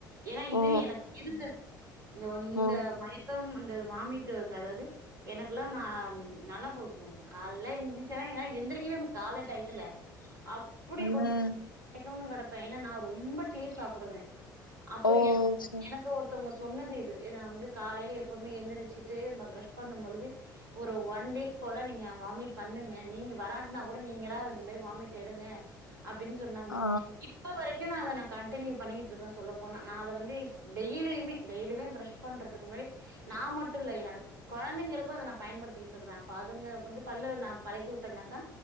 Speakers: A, on the right; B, on the left.
A: ஏன்னா இது
B: ஓ
A: எனக்கு இருந்தது இந்த ஒரு இந்த
B: ஓ
A: மயக்கம் இத்த வாமிட்டு வந்த அதாவது எனக்கெல்லாம் நல்லா போக்கும் கால இருந்துச்சன்னா எந்திரிக்கனும் கால டயத்துல அப்படி கொஞ
B: ம்
A: பய மய <inaudible> கிடப்பேன் ஏன்னா நான் ரொம்ப டீ சாப்பிடுவேன் அப்ப
B: ஓ
A: என
B: சே
A: எனக்கு ஒருத்தவங்க சொன்னது இது நான் வந்து காலையில் எப்போவுமே எழுந்திரிச்சிட்டு நம்ம ப்ரெஷ் பண்ணும்பொழுது ஒரு ஒன் வீக் போல நீங்க வாமிட் பண்ணுங்க நீங்க வராட்டன்னா கூட நீங்களா இந்த மாரி வாமிட் எடுங்க அப்படின்னு சொன்னாங்க
B: ஆ
A: இப்ப வரைக்கும் நான் அத கண்டினியூ பண்ணிக்கிட்டு இருக்கே சொல்ல போனா நான் அத வந்து டெய்லயுே டெய்லயுே பிரஷ் பண்றதுக்கு முன்னாடி நான் மட்டும் இல்ல என்னோட குழந்தைகக்கும் அத நான் பயன்படுத்தி இருக்கேன் அதுங்கந்து பால்லு நான் அப்டின்னக்கா